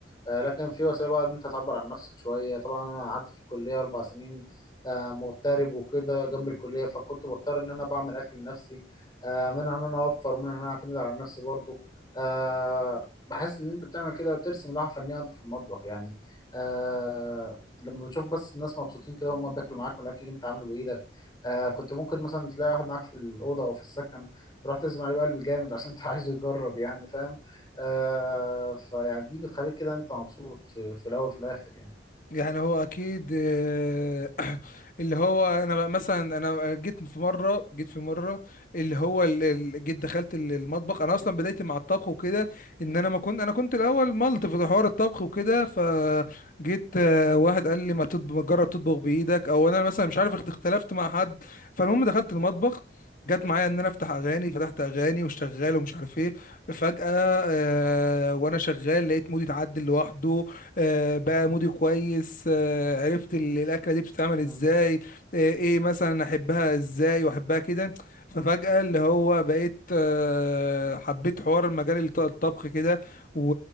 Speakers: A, on the left; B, on the left.
A: آه، لكن في وسيله بقى ان انت تعبر عن نفسك شويه طبعا انا قعدت في الكليه اربع سنين آه، مغترب وكده جنب الكليه فكنت بضطر ان انا بعمل اكل لنفسي آه، منها ان انا اوفر ومنها ان انا اعتمد على نفسي برضو آه، بحس ان انت بتعمل كده وترسم لوحه فنيه وانت في المطبخ يعني آه، لما بتشوف بس الناس مبسوطين كده وهم بياكلوا معاك من الاكل اللي انت عامله بايدك آه، كنت ممكن مثلا تلاقي واحد معاك في الاوضه او في السكن تروح تزم عليه بقلب جامد عشان <laughs> انت عايزه يجرب يعني فاهم آه فيعني دي بتخليك كده انت مبسوط في, في الاول وفي الاخر يعني
B: يعني هو اكيد آه، <clears throat> اللي هو انا بقى مثلا انا جيت في مره جيت في مره اللي هو ال- ال- جيت دخلت ال- المطبخ انا اصلا بدايتي مع الطبخ وكده ان انا ما كنت انا كنت الاول ملط في حوار الطبخ وكده فجيت آه، واحد قال لي ما تطب- ما تجرب تطبخ بايدك او انا مثلا مش عارف اخت- اختلفت مع حد فالمهم دخلت المطبخ جت معايا ان انا افتح اغاني فتحت اغاني وشغال ومش عارف ايه فجأة آه، وانا شغال لقيت مودي اتعدل لوحده آه، بقى مودي كويس آه، عرفت ال- الاكله دي بتتعمل ازاي
A: مم.
B: آه، ايه مثلا احبها ازاي واحبها كده ففجاه اللي هو بقيت آه، حبيت حوار المجال الط- الطبخ كده و...